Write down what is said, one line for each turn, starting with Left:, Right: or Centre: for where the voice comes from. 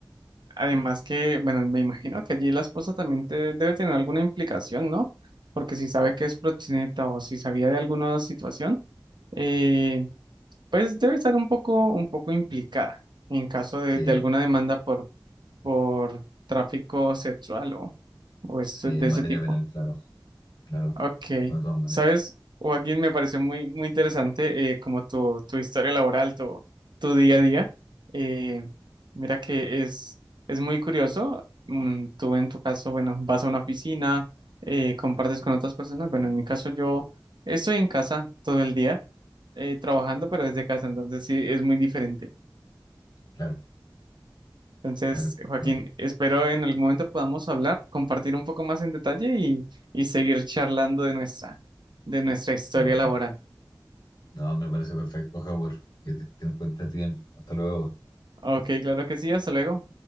Right: Además que, bueno, me imagino que allí la esposa también te- debe tener alguna implicación, ¿no? Porque si sabe que es proxeneta o si sabía de alguna situación, eh, pues debe estar un poco, un poco implicada en caso de,
Left: Sí,
Right: de alguna demanda por, por tráfico sexual o, o este-
Left: sí,
Right: de
Left: en
Right: ese
Left: materia
Right: tipo.
Left: penal, claro, claro,
Right: Ok,
Left: no de todas maneras,
Right: ¿sabes? Joaquín, me pareció muy, muy interesante eh, como tu, tu historia laboral, tu, tu día a día. Eh, mira que es, es muy curioso. Mm, tú en tu caso, bueno, vas a una piscina, eh, compartes con otras personas. Bueno, en mi caso yo estoy en casa todo el día eh, trabajando, pero desde casa, entonces sí, es muy diferente.
Left: claro,
Right: Entonces,
Left: claro,
Right: Joaquín,
Left: no,
Right: espero en algún momento podamos hablar, compartir un poco más en detalle y, y seguir charlando de nuestra, de nuestra historia
Left: no,
Right: laboral.
Left: no, me parece perfecto, Howard, que te, que te encuentres bien, hasta luego.
Right: Ok, claro que sí, hasta luego.